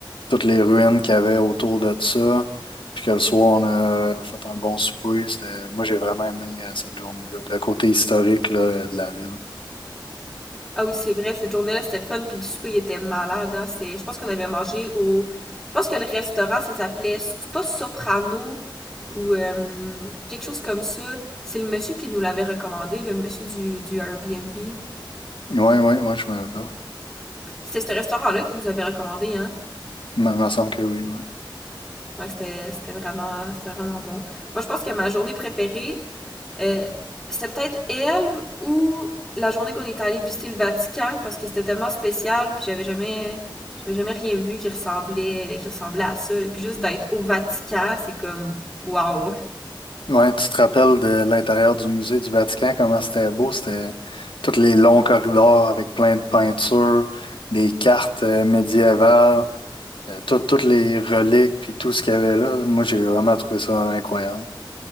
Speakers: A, on the left; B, in the centre.
A: toutes les ruines qu'il y avait autour de ça. Puis que le soir, on a fait un bon souper. C'était- Moi, j'ai vraiment aimé euh, cette journée-là. Le côté historique là, de la ville.
B: Ah oui, c'est vrai, cette journée-là, c'était le fun, puis le souper, il était malade, hein. C'est, je pense qu'on avait mangé au, je pense que le restaurant, ça s'appelait, c'est pas Soprano, ou euh, quelque chose comme ça. C'est le monsieur qui nous l'avait recommandé, là, le monsieur du, du Airbnb.
A: Oui, oui, oui, je me rappelle.
B: C'était ce restaurant-là qui nous avait recommandé, hein.
A: Il me me semble que oui, oui.
B: Ouais, c'était, c'était vraiment, c'était vraiment bon. Moi, je pense que ma journée préférée, Euh, c'était peut-être elle ou la journée qu'on est allé visiter le Vatican parce que c'était tellement spécial puis j'avais jamais j'avais jamais rien vu qui ressemblait qui ressemblait à ça là. puis juste d'être au Vatican c'est comme waouh
A: Ouais, tu te rappelles de l'intérieur du musée du Vatican, comment c'était beau? C'était tous les longs corridors avec plein de peintures, des cartes euh, médiévales, euh, tout- toutes les reliques, puis tout ce qu'il y avait là. Moi, j'ai vraiment trouvé ça incroyable.